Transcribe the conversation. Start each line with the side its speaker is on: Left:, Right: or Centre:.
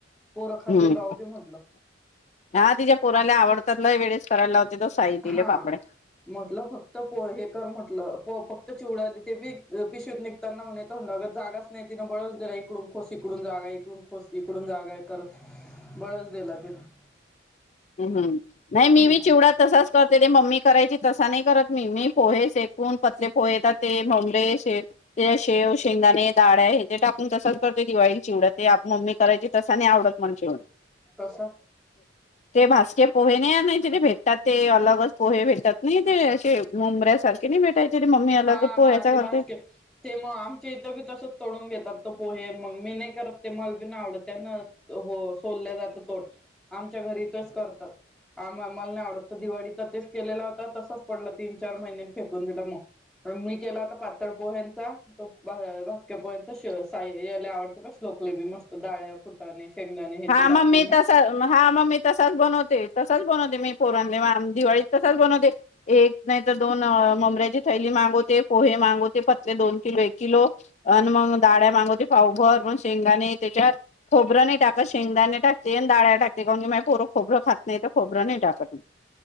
Centre: पोर खातील
Left: हम्म
Centre: राहूदे म्हटलं
Left: हा तिच्या पोराला आवडात ना वेळेस करायला लावते तो साही दिले
Centre: हा
Left: पापडे.
Centre: म्हटलं फक्त प हे कर म्हटलं फक्त चिवडा ते बी पिशूत निघ. त्यांना म्हणतगत जागाच नाही तिनं बळच दिला इकडून खोस इकडून जागा इकडून खोस इकडून जागा करत. बळस दिला तिला.
Left: ह् हम्म नाही मी
Centre: हम्म
Left: मी चिवडा तसाच. तर ते ते मम्मी करायची तसा नाही करत मी ममी पोहे सेकून पतले पोहेेतात ते भमरेश. ते शेव शेंगदााणे दाळ्या हे ते टाकून तसाच करते दिवाळी चिवड्या ते मम्मी करायची तसा नाही आवडत. म्हज
Centre: कसा.
Left: ते भास्के पोहे नाही नाही तिथे भेटतात ते अलगच पोहे भेटतात नाही ते असे मुंबऱ्यासारखे नाही भेटत. मम्मी आले
Centre: हा
Left: की बोल
Centre: हा
Left: आता
Centre: ते
Left: घरात.
Centre: बास्केट ते मग आमच्या इथं बी तसच तोडून घेतात त पोहे मग मी नाही करत ते मल बी आवडत त्यान. हो सोोलल्या जात तो. आमच्या घरी तस करतात आम मल नाही आवडत तो दिवाळीचा तेच केलेला होता तसाच पडल तीन चार महिन्यांन फेकून दिल मग पण मी केला होता पातळ पोहेंचा. तो भा भाजक्यापर्यंत शेव साई याले आवडते पाह्य श्लोकले बी मस्त डाळ्या फुटाने शेंगदाने हे
Left: हा
Centre: ते टाकून
Left: मग मी
Centre: न.
Left: तसा हा मग मी तसाच बनवते तसाच बनवते मी पोरणले दिवाळीत तसाच बनवते. एक नाही तर दोन ममरा्याची थैली मागवते पोहे मागवते पतले दोन किलो एक किलो. आणि मग ाळ्या मागवते पााऊभर मग शेंगाने त्याच्यावर खोबरं नाही टाक. शेंगदाान टकते आणिडाळ्या टकते काण की कर. खोबरं खात नाही तर खोबरं नाही टाकत